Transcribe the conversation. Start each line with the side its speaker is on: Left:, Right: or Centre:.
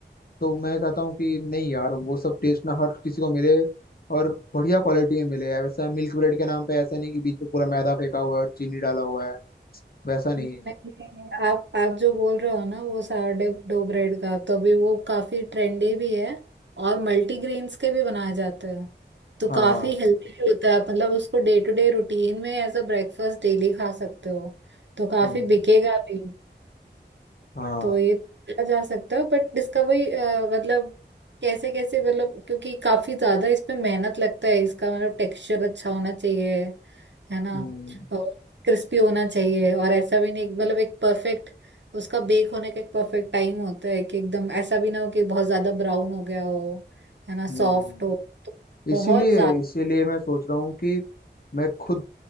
Left: तो मैं चाहता हूँ कि नहीं यार वो सब टेस्ट ना हर किसी को मिले और बढ़िया क्वालिटी में मिले यार वैसा मिल्क ब्रेड के नाम पे ऐसा नहीं कि बीच में पूरा मैदा फेंका हुआ है और चीनी डाला हुआ है वैसा नहीं
Right: नहीं,
Left: है
Right: आप आप जो बोल रहे हो ना वो सारडे डो ब्रेड का तो अभी वो काफी ट्रेंडी भी है और मल्टीग्रेन्स के भी बनाए जाते हैं तो
Left: हाँ
Right: काफी हेल्दी भी होता है मतलब उसको डे टू डे रूटीन में एज अ ब्रेकफास्ट डेली खा सकते हो तो काफी
Left: हम्म
Right: बिकेगा भी
Left: हाँ
Right: तो ये किया जा सकता है बट इसका वही अ, मतलब कैसे कैसे मतलब क्योंकि काफी ज्यादा इस पे मेहनत लगता है इसका मतलब टेक्सचर अच्छा होना चाहिए है ना
Left: हम्म
Right: और क्रिस्पी होना चाहिए और ऐसा भी नहीं मतलब एक परफेक्ट उसका बेक होने का एक परफेक्ट टाइम होता है कि एकदम ऐसा भी ना हो कि बहुत ज्यादा ब्राउन हो गया हो है ना सॉफ्ट
Left: हम्म
Right: हो तो बहुत
Left: इसीलिए
Right: ज्यादा
Left: इसीलिए मैं सोच रहा हूँ कि मैं खुद